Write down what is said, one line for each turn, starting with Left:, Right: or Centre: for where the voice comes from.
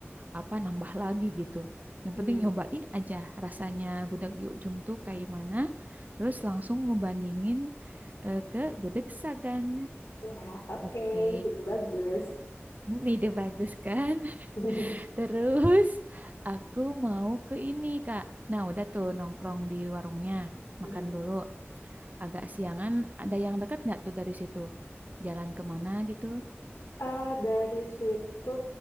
Right: apa nambah lagi gitu. Yang
Left: Hmm.
Right: penting nyobain aja rasanya gudeg di ujung tuh kayak mana, terus langsung ngebandingin eh, ke gudeg Sagan.
Left: Ya, oke,
Right: Oke.
Left: Itu bagus.
Right: Ini ide bagus kan?
Left: <laughs>
Right: Terus aku mau ke ini, Kak. Nah, udah tuh nongkrong di warungnya,
Left: Mm.
Right: makan dulu. Agak siangan, ada yang dekat nggak tuh dari situ? Jalan kemana gitu?
Left: Eh, dari situ,